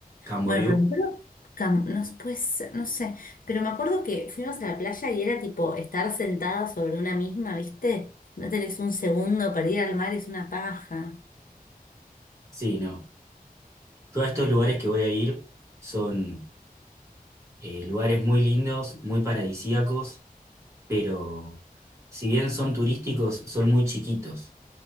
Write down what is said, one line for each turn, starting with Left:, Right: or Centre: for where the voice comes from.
Right: Camboriú,
Left: Bueno, pero me acuerdo, Cam- no s- puede ser, no sé, pero me acuerdo que fuimos a la playa y era tipo estar sentada sobre una misma, ¿viste? No tenés un segundo para ir al mar, es una paja.
Right: sí, no. Todos estos lugares que voy a ir son eh, lugares muy lindos, muy paradisíacos, pero si bien son turísticos, son muy chiquitos.